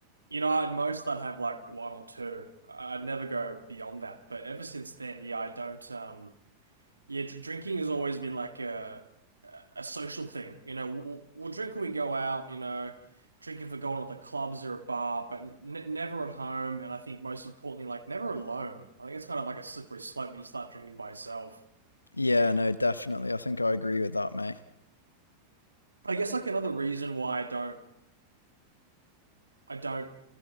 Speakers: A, on the right (about 80°); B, on the left (about 80°).
A: you know, at most I'd have like one or two. I- I'd never go beyond that. But ever since then, yeah, I don't. Um, Yeah, dr- drinking has always been like a a social thing. You know, we'll, we'll drink when we go out, you know, drinking for going to the clubs or a bar, but n never at home. And I think most importantly, like never alone. I think it's kind of like a slippery slope when you start drinking by yourself.
B: yeah, no, definitely. I think I agree with that, mate.
A: I guess like another reason why I don't I don't